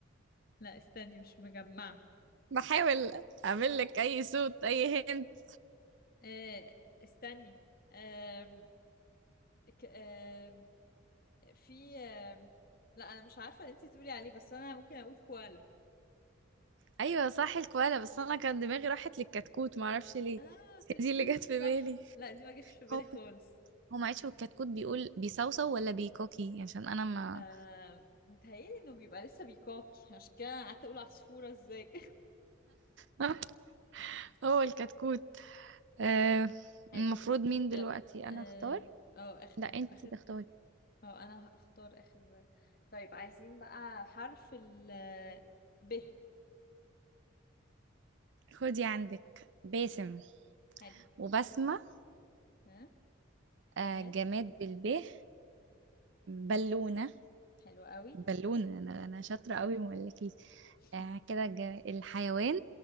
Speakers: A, on the left; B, on the right.
A: لا استني مش مجمعة
B: بحاول اعمل لك اي صوت اي هنت
A: أه... استني أه... ك... أه... في أه... لا انا مش عارفة اللي انتي تقولي عليه بس انا ممكن اقول كوالا
B: ايوه صح الكوالا بس انا كان دماغي راحت للكتكوت معرفش ليه
A: اه كتكوت
B: هي دي اللي جت في
A: صح
B: بالي
A: لا دي ما جاتش في بالي
B: هو
A: خالص
B: هو معلش هو الكتكوت بيقول بيصوصو ولا بيكوكي عشان انا ما
A: آه متهيألي انه بيبقى لسه بيكاكي عشان كده قعدت اقول عصفورة ازاي
B: <laughs> هو الكتكوت آه،
A: حلو
B: المفروض مين
A: يلا
B: دلوقتي
A: اه
B: انا اختار
A: أو اخر
B: لا انتي
A: اخر
B: تختاري
A: دور أو انا هختار اخر طيب عايزين بقى حرف ال ب
B: خدي عندك باسم
A: آه، حلو
B: وبسمة
A: ها جماد
B: آه، جماد بالب بالونة
A: حلو قوي
B: بالونة انا انا شاطرة قوي ما اقولكيش
A: <laughs>
B: آه، كده جا- الحيوان